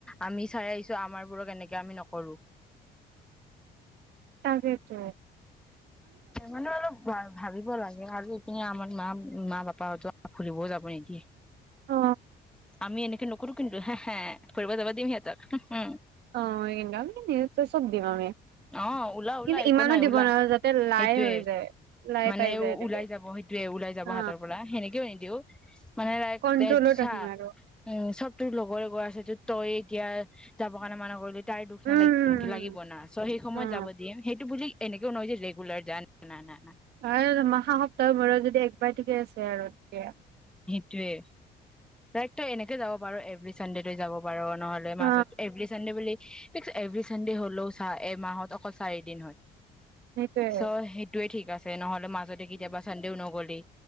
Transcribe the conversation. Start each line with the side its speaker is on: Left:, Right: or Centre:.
Centre: আমি চাই আহিছো আমাৰ বোৰক এনেকে আমি নকৰো।
Right: তাকেইতো।
Centre: মানে অলপ ভাবিব লাগে আৰু এইপিনে আমাৰ মা-মা পাপাহতো খুলিবও যাব নিদিয়ে।
Right: অ
Centre: আমি এনেকে নকৰো কিন্তু হে হে। কৰিব যাবা দিম সিঁহতক <unintelligible>
Right: অঁ, <unintelligible>
Centre: অ ওলা ওলা
Right: কিন্তু
Centre: একো
Right: ইমানো
Centre: নাই
Right: দিব
Centre: ওলা
Right: নোৱাৰো যাতে লাই
Centre: সেইটোয়ে
Right: হৈ যায়। লাই
Centre: মানে
Right: পাই যায় এনেকে
Centre: ওলাই যাব সেইটোয়ে ওলাই যাব
Right: হা
Centre: হাতৰ পৰা সেনেকেও এ দিওঁ মানে <unintelligible>
Right: কন্ট্ৰলত ৰাখিম
Centre: চা
Right: আৰু
Centre: উম, চব তোৰ লগৰে গৈ আছে যে তই এতিয়া যাব কাৰণে মানুহঘৰলে তাইৰ দুখ
Right: উম
Centre: নালাগিব
Right: উম
Centre: নে লাগিব না চ' সেই সময়ত
Right: উম
Centre: যাব দিম সেইটো বুলি এনেকেও নহয় যে ৰেগুলাৰ যান <unintelligible> না।
Right: অঁ মা সা-সপ্তাহৰ মূৰত যদি এক <unintelligible>
Centre: টোৱে। তই তো এনেকে যাব পাৰ, এভৰি চানডে যাব পাৰ নহ'লে
Right: অ
Centre: মাজত এভৰি চানডে বুলি <unintelligible> এভৰি চানডে হ'লেও চা, এমাহত অকল চাৰিদিন হয়।
Right: সেইটোয়ে
Centre: চ' সেইটোয়ে ঠিক আছে <unintelligible> মাজতে কেতিয়াবা চানদেও নগলি,